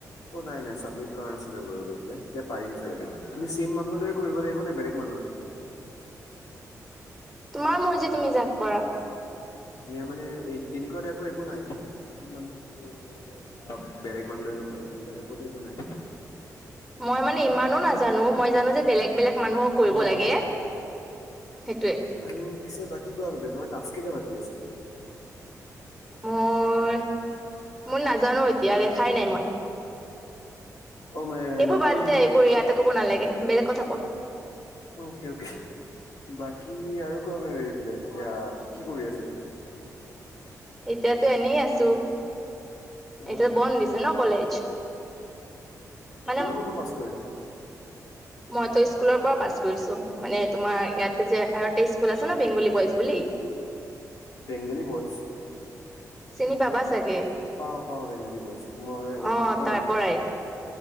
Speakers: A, on the left; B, in the centre.
A: অ', নাই-নাই চাবমিট কৰা নাছিলোঁ বাৰু গৈ পেলাই। পাৰম চাগে তোমাৰু। তুমি ছেম মানুহলৈ কৰিব লাগিব নে বেলেগ মানুহলৈ?
B: তোমাৰ মৰ্জি তুমি জাক কৰা।
A: মনে এই তেনেকুৱা টাইপৰ একো নাই <unintelligible> কৰিব লাগিব বা বেলেগ মানুহলৈ নোৱাৰি তেনেকুৱা টাইপৰটো একো নাই?
B: মই মানে ইমানো নাজানোঁ, মই জানোঁ যে বেলেগ-বেলেগ মানুহক কৰিব
A: অ
B: লাগে,
A: অ
B: সেইটোৱে।
A: আৰু পিছে বাকী তোমাৰ টাস্কচ কেইটা বাকী আছে?
B: মোৰ-মোৰ নাজানোঁ এতিয়া, দেখাই নাই মই।
A: অ মানে
B: এইবোৰ
A: নতুন
B: বাদ যায় এইবোৰ ইয়াতে ক'ব নালাগে, বেলেগ কথা কোৱা।
A: অকে-অকে। বাকী আৰু কোৱা কৰিৰি পলে সয়া কি কৰি আছা তুমি?
B: এতিয়াতো এনেই আছোঁ। এতিয়া
A: অ
B: বন্ধ দিছে ন কলেজ। মানে
A: কৰপৰা পাছ কৰিলা?
B: মই তো স্কুলৰ পৰা পাছ কৰিছোঁ, মানে তোমাৰ ইয়াতে যে আৰু এ স্কুল আছে ন বেংগলী বইজ বুলি?
A: বেংগালী বইজ?
B: চিনি পাবা চাগে।
A: পাওঁ-পাওঁ বেংগলী বইজ। মই এইটো
B: অ
A: কি <unintelligible>
B: তাৰ পৰাই